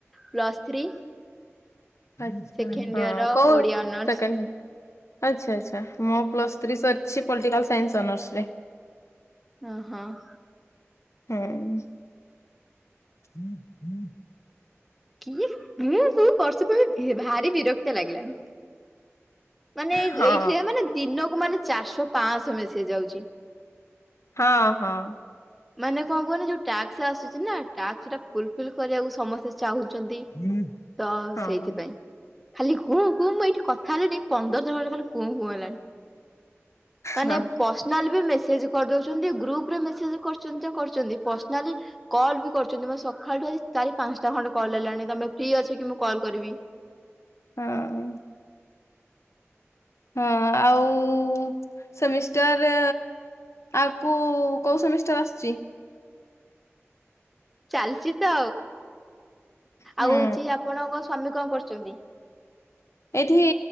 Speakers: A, in the centre; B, on the left.
A: ପ୍ଲସ୍ ଥ୍ରୀ।
B: ଆଛା
A: ସେକେଣ୍ଡ
B: ହଁ
A: ଇୟର
B: କୋଉ
A: ଓଡିଆ ଅନର୍ସ
B: ସେକେଣ୍ଡେନ୍? ଆଚ୍ଛା ଆଚ୍ଛା ମୁ ପ୍ଲସ୍ ଥ୍ରୀ ସରିଛି ପଲିଟିକାଲ ସାଇନ୍ସ ଅନର୍ସ ରେ।
A: ହଁ ହଁ।
B: ହୁଁ।
A: କିଏ ସ ବର୍ଷଳେ ଭାରି ବିରକ୍ତ ଲାଗିଲାଣିି। ମାନେ
B: ହଁ
A: ଏଇଠି ମାନେ ଦିନକୁ ମାନେ ଚାରିଶହ ପାଞ୍ଚଶହ ମେସେଜ ଆଉଛି।
B: ହଁ ହଁ
A: ମାନେ କଣ କୁହନି ଯୋଉ ଟ୍ୟକ୍ ଆସୁଛିନା ଟ୍ୟସ ଟାକୁ ଫୁଲ ଫିଲ କରିବାକୁ ସମସ୍ତେ ଚାହୁଁଛନ୍ତି
B: ହଁ
A: ତ
B: ହଁ।
A: ସେଇଥିପାଇଁ। ଖାଲି ହୁଁ କୁ ମୁଁ ଏଇଠି କଥା ହେଲାଣି ପନ୍ଦର ଥର ଭଳି ଖାଲି କୁଁ କୁ ହେଲାଣି। ମାନେ
B: ହଁ
A: ପର୍ସନାଲ ବି ମେସେଜ କରିଦଉଛନ୍ତି ଗ୍ରୁପରେ ମେସେଜ କରିଛନ୍ତି କରିଛନ୍ତି ପର୍ସନାଲି କଲ ବି କରୁଛନ୍ତି ମତେ ସକାଳଠୁ ଆଜି ଚାରି ପାଞ୍ଚ ଟା ଖଣ୍ଡେ କଲ୍ ଆଇଲାଣି ତମେ ଫ୍ରି ଅଛ କି ମୁଁ କଲ୍ କରିବି?
B: ହଁ। ହଁ ଆଉ ସେମିଷ୍ଟାର ଆଗକୁ କୋଉ ସେମିଷ୍ଟାର ଆସୁଛି?
A: ଚାଲିଛି ତ
B: ହୁଁ
A: ଆଉ କରୁଛନ୍ତି?
B: ଏଠି